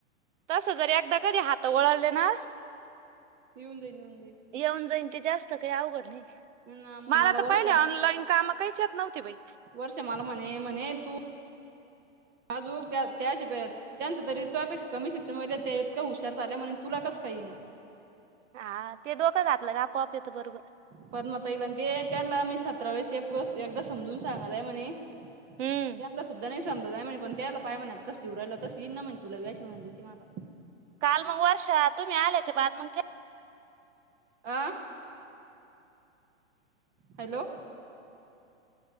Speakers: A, on the right; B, on the right.
A: तस जर एकदा कधी हात वळाले ना
B: यीऊन येऊन जाईन.
A: येऊन जाईन ते जास्त काही अवघड नही,
B: जाईन मग
A: माला
B: मला
A: तर
B: वर्षा
A: पहिले ऑनलाईन कामं काहीच येत नव्ह ते बाई.
B: वर्षा मला म्हणे, म्हणे तू आजूक त्या त्याचप त्यांचं तरी त्योयापेक्षा कमी शिक्षण व्हयले, त्या इतक्या हुशार झाल्या म्हने तुला कस येइना?
A: हा ते डोकं घातलं का, आपोआप येतं बरोबर.
B: पद्म ताईला दे, त्यान्ला मी सतरा वेळेस एक व एकदा समजून सांगलाय म्हणे तत्यान्ला
A: हम्म.
B: सुद्धा नहीं समजत म्हने पण त्यांना पाय म्हणत कस रायला तस येईन म्हण तुला अशी म्हणली ती मला.
A: काल मग वर्षा, तुम्ही आल्याचे बाद मग क्
B: आं? Hello?